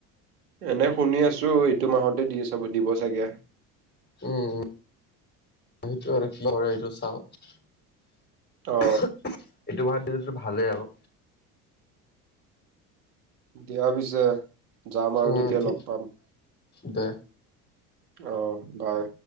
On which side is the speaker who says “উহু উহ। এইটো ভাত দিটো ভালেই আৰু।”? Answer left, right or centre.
Left